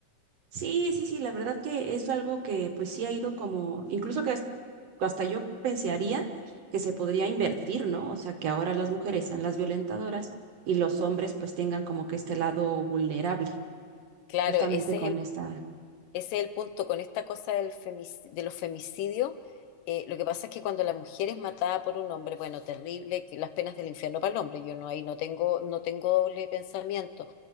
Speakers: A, on the right; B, on the left.
A: Sí, sí, sí, la verdad que es algo que pues sí ha ido como, incluso que hasta hasta yo pensaría que se podría invertir, ¿no? O sea, que ahora las mujeres sean las violentadoras y los hombres pues tengan como que este lado vulnerable,
B: Claro,
A: justamente
B: ese
A: con
B: es el
A: esta
B: Ese es el punto con esta cosa del femic- de los femicidios. eh, lo que pasa es que cuando la mujer es matada por un hombre, bueno, terrible, que las penas del infierno para el hombre, yo no ahí no tengo, no tengo doble pensamiento,